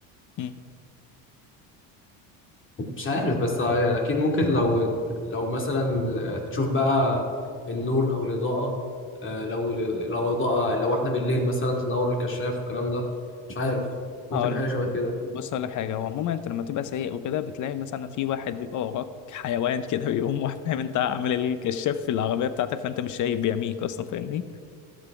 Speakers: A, on the left; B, on the left.
A: مم.
B: مش عارف بس اكيد ممكن لو لو مثلا تشوف بقى النور او الاضاءه آه، لو لو اضاءه لو احنا بالليل مثلا تنور الكشاف والكلام ده مش عارف ممكن
A: هقول
B: حاجه
A: لك
B: شبه كده
A: بص هقول لك حاجه هو عموما انت لما تبقى سايق وكده بتلاقي مثلا في واحد بيبقى وراك حيوان كده بيقوم <laughs> واحد فاهم انت عامل الكشاف في العربيه بتاعتك فانت مش شايف بيعميك اصلا فاهمني